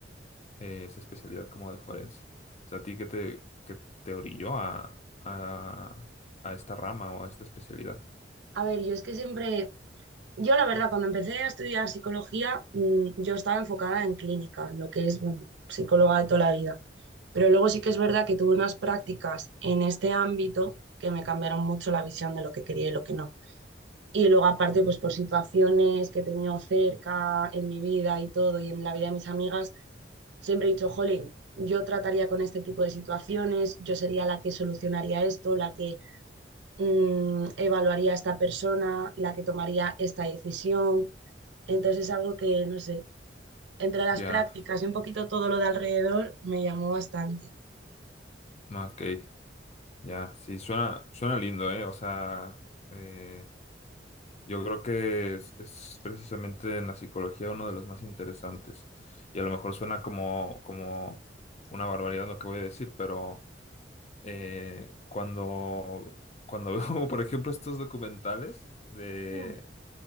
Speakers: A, on the left (about 40°); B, on the right (about 70°).
A: eh, esa especialidad como de forense. O sea, ¿a ti qué te, qué te orilló a, a, a esta rama o a esta especialidad?
B: A ver, yo es que siempre Yo, la verdad, cuando empecé a estudiar psicología, mm, yo estaba enfocada en clínica, en lo que es, bueno, psicóloga de toda la vida. Pero luego sí que es verdad que tuve unas prácticas en este ámbito que me cambiaron mucho la visión de lo que quería y lo que no. Y
A: Ya,
B: luego, aparte, pues por situaciones que he tenido cerca en mi vida y todo, y en la vida de mis amigas, siempre he dicho, jolín, yo trataría con este tipo de situaciones, yo sería la que solucionaría esto, la que mm, evaluaría a esta persona, la que tomaría esta decisión entonces es algo que, no sé, entre las
A: ya,
B: prácticas y un poquito todo lo de alrededor me llamó bastante.
A: no, ok, ya, sí, suena, suena lindo, ¿eh? O sea, eh, Yo creo que es, es precisamente en la psicología uno de los más interesantes. Y a lo mejor suena como, como una barbaridad lo que voy a decir, pero eh, cuando, cuando <laughs> veo, por ejemplo, estos documentales de,
B: Mm.